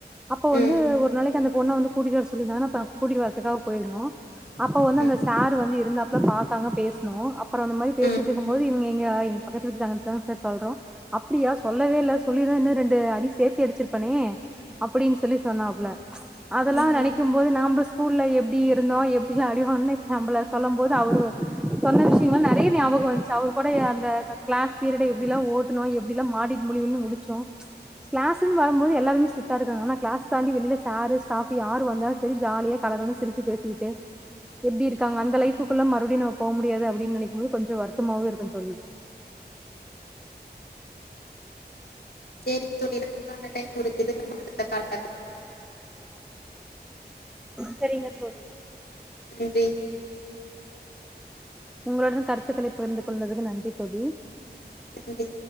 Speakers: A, in the centre; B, on the left.
A: அப்போ
B: ம்
A: வந்து ஒரு நாளைக்கு அந்த பொண்ண வந்து கூட்டிட்டு வர சொல்லிந்தானே அ கூட்டி வரதுக்காக போயிருந்தோ அப்ப வந்து
B: ம்
A: அந்த சார் வந்து இருந்தாப்ல பாத்தாங்க பேசுணோ அப்றோ அந்த மாரி பேசிட்டு
B: ம்
A: போது இவிங்க இங்க எங்க பக்கத்து வீட்டுதாங்கதா சார் சொல்றோ அப்டியா சொல்லவே இல்ல சொல்லிர்ந்தா இன்ன ரெண்டு ரெண்டு அடி சேர்த்து அடிச்சிருப்பேனே அப்டின்னு சொல்லி சொன்னாப்புல அதெல்லா
B: ம்
A: நெனக் க்கும்போது நாம ஸ்கூல்ல எப்டி இருந்தோ எப்டி அடிவாங்னோ இப்ப நம்ல சொல்லம்போது அவரு சொன்ன விஷயங்கலா நெறையா ஞாபக வன்ச்சு அவர் கூட ஏ அந்த கிளாஸ் பீரியட எப்டிலா ஓட் த்துனோ எப்டில்லா மாடிட்டு முழி முழினு முழிச்சோ கிளாஸுன் வரம்பது எல்லாருமே ஸ்டிக்டா இருக்காங்க ஆனா கிளாஸ் தாண்டி வெள்ல சாரு ஸ்டாஃபு யார் வந்தாலு சரி ஜாலியா கலகலனு சிரிச்சி பேசிட்டு எப்டி இருக்காங்க அந்த லைஃப்க்குள்ள மறுபடியு நம்ம போ முடியாது அப்டின்னு நெனைக்கும் போது கொஞ்சோ வருத்தமாவே இருக்கு தோழி
B: சரி தோழி நமக்கான டைம் முடிஞ்சது நம்ம அடுத்த கால்ல பே
A: செரிங்க தோழி
B: <inaudible>
A: உங்களுடன் கருத்துக்களை புகிர்ந்து கொள்வதுக்கு நன்றி தோழி
B: நன்றி